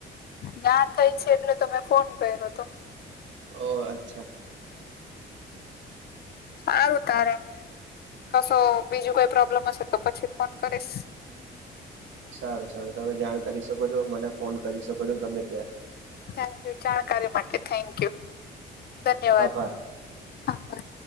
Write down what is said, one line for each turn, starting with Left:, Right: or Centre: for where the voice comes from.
Left: ના થઈ છે એટલે ફોન કર્યો હતો.
Right: ઓહ અચ્છા.
Left: સારું તારે કશો બીજું કોઈ પ્રોબ્લેમ હશે તો પછી ફોન કરીશ
Right: સારું સારું તમે જાણ કરી શકો છો મને ફોન કરી શકો છો ગમે ત્યારે.
Left: થકય જાણકારી માટે થેન્ક યુ ધન્યવાદ
Right: આભાર
Left: આભાર